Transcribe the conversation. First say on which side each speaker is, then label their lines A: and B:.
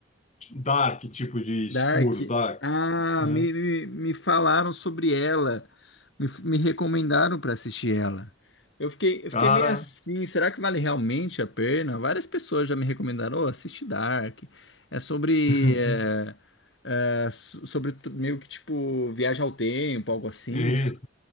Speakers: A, on the left; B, on the left.
A: Dark, tipo de escuro,
B: Dark.
A: dark.
B: Ah,
A: né?
B: me, me, me falaram sobre ela. Me, me recomendaram para assistir ela. Eu fiquei, eu
A: Cara,
B: fiquei meio assim. Será que vale realmente a pena? Várias pessoas já me recomendaram. Oh, assiste Dark. É sobre.
A: <laughs>
B: é, é, so- sobre tu- meio que tipo viagem ao tempo, algo assim,
A: é,
B: né?